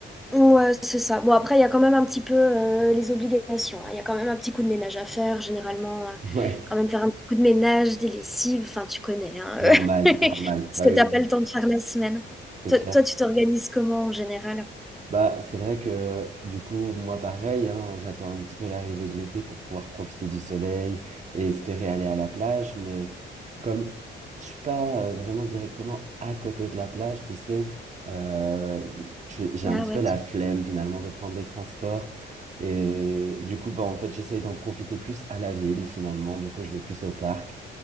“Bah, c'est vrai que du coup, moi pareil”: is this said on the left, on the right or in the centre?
Right